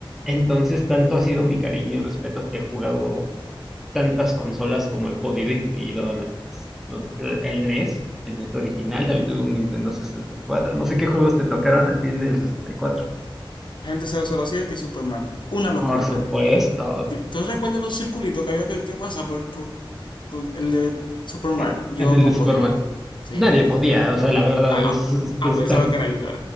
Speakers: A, in the centre; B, on the left.
A: Entonces, tanto ha sido mi cariño y respeto que he jugado tantas consolas como he podido, incluido las, los- el el NES, el NES original, también tuve un Nintendo 64. No sé qué juegos te tocaron a ti en el 64.
B: Agente 007 y Superman. Una locura.
A: Por supuesto.
B: ¿Tú recuerdas los circulitos que había que, que pasar por, por- por el de Superman?
A: En
B: Yo
A: en el
B: no
A: de Superman.
B: podía. Sí.
A: Nadie
B: eh,
A: podía, o sea, la verdad,
B: Ah,
A: es, es-
B: ah,
A: es
B: pensaba
A: tan-
B: que era yo. solo.